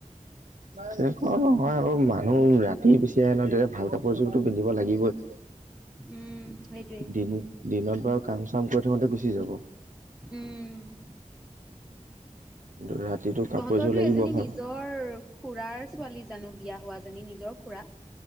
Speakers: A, on the right (about 75°); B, in the centre.
A: তেনেকুৱা নহয় আৰু মানুহ ৰাতি পুচি আহে ন ভাল ক- উপযোগটো পিন্ধিব লাগিবই।
B: উম সেইটোৱে
A: দিন দিনত বাৰু কাম চাম কৰি থাকোঁতে গুচি যাব।
B: উম
A: কিন্ত ৰাতিটো- কাপোৰ
B: তহঁতৰটো
A: এযোৰ লাগিব
B: এজনী
A: ভাল
B: নিজৰ খুুৰাৰ ছোৱালী জানো বিয়া হোৱা জনী নিজৰ খুৰা।